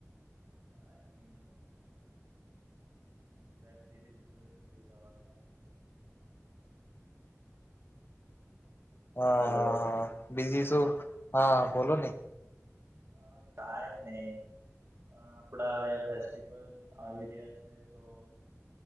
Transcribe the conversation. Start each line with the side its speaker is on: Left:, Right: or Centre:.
Right: અને વેબ સિરીઝ <unintelligible>
Left: હા
Right: હેલો
Left: હા હા બીઝી છો હા બોલો ની
Right: હા કાઈ નઈ અ આપડા અ ફેસ્ટિવલ આવી રહ્યા છે તો